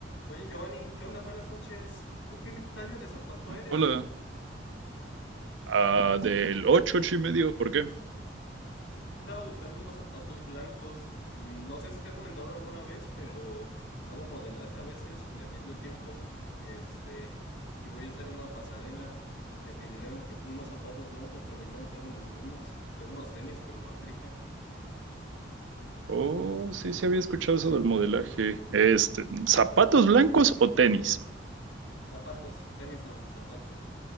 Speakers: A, on the left; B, on the right.
A: Oye, Giovanni, ¿qué onda? Buenas noches. ¿Tú qué talla de zapato eres?
B: Hola. Ah, del 8 8 y medio, ¿por qué?
A: Yo Estaba buscando unos zapatos blancos. Mm, No sé si te he comentado alguna vez, pero hago modelaje a veces de medio tiempo. Este, y voy a estar en una pasarela. Me pidieron que- unos zapatos blancos, pero ahorita no tengo ningunos. Tengo unos tenis, pero no aplica.
B: Oh, sí, sí había escuchado eso del modelaje. Este, ¿zapatos blancos o tenis?
A: Zapatos, tenis no, zapatos.